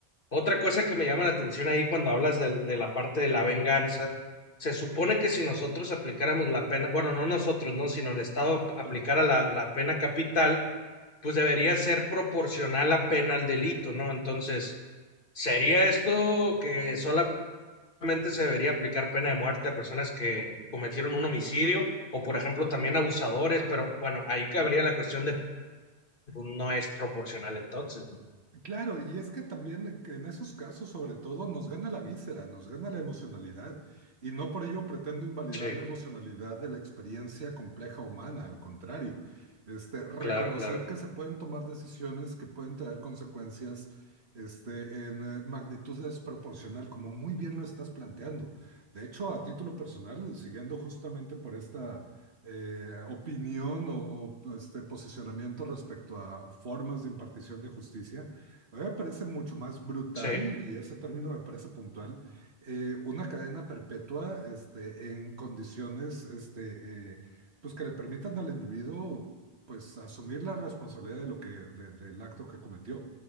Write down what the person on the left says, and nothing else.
Otra cosa que me llama la atención ahí cuando hablas del- de, la parte de la venganza, se supone que si nosotros aplicáramos la pena, bueno, no nosotros, no, sino el Estado aplicara
la, la pena capital, pues debería ser proporcional la pena al delito, ¿no? Entonces, ¿sería esto que solamente se debería aplicar pena de muerte a personas que cometieron un homicidio o, por ejemplo, también abusadores? Pero bueno, ahí cabría la cuestión de pues, no es proporcional entonces.
Sí,
claro, claro.
Sí,